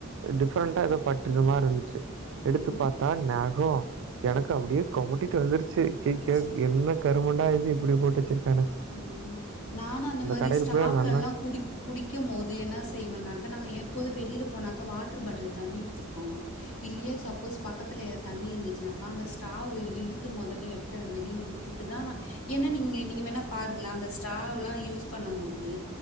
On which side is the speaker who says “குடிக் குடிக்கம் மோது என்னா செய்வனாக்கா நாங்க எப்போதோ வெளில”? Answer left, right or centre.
Left